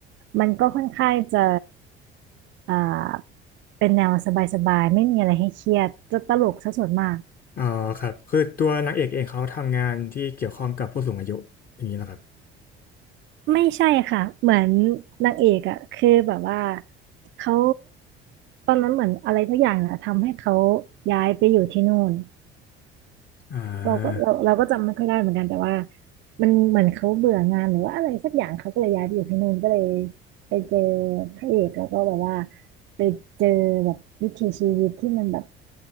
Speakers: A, on the right (about 40°); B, on the left (about 30°).
A: มันก็ค่อนข้างจะอ่าเป็นแนวสบายๆไม่มีอะไรให้เครียดจะตลกซะส่วนมาก
B: อ๋อครับคือตัวนางเอกเองเขาทำงานที่เกี่ยวข้องกับผู้สูงอายุอย่างนี้เหรอครับ
A: ไม่ใช่ค่ะเหมือนนางเอกอะคือแบบว่าเขาตอนนั้นเหมือนอะไรสักอย่างนะทำให้เขาย้ายไปอยู่ที่นู่น
B: อ่า
A: เราก็เราเราก็จำไม่ค่อยได้เหมือนกันแต่ว่ามันเหมือนเขาเบื่องานหรือว่าอะไรสักอย่างเขาก็เลยย้ายไปอยู่ที่นู่นก็เลยไปเจอพระเอกแล้วก็แบบว่าไปเจอแบบวิถีชีวิตที่มันแบบ